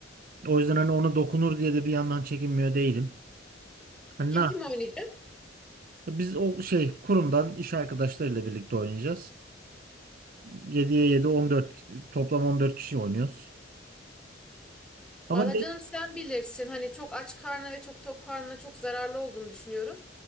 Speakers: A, on the right; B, in the centre.
A: O yüzden hani ona dokunur diye de bir yandan çekinmiyor değilim. Hani
B: Kim
A: ne yap-
B: kim oynayacak?
A: Biz o şey kurumdan iş arkadaşlarıyla birlikte oynayacağız. 7'ye 7 14 toplam 14 kişi oynuyoruz. Ama
B: Valla
A: ge-
B: canım sen bilirsin. Hani çok aç karnına ve çok tok karnına çok zararlı olduğunu düşünüyorum.